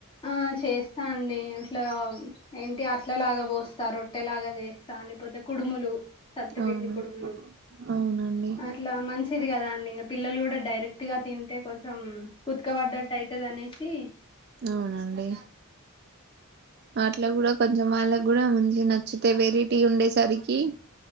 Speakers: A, on the left; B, on the right.
A: ఆ చేస్తా అండి. ఇట్లా ఏంటి అట్లలాగా పోస్తా రొట్టెలాగా చేస్తా లేకపోతే కుడుములు సత్తిపిండి
B: అవును
A: కుడుములు
B: అవునండి
A: అట్లా మంచిది కదా అండి. ఇగ పిల్లలు కూడా డైరెక్ట్. గుర్తిగా తింటే కొంచెం కుతుకబడ్డట్టు అయితదని. సి
B: అవునండి. వాట్లో కూడా కొంచెం వాళ్ళకి కూడా మంచిగా నచ్చుతే వెరటీ ఉండే. సరికి